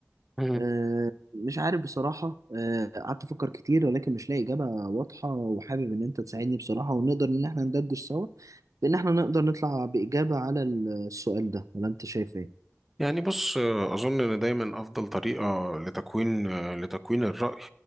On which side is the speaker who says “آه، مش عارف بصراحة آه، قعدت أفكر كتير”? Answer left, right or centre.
Right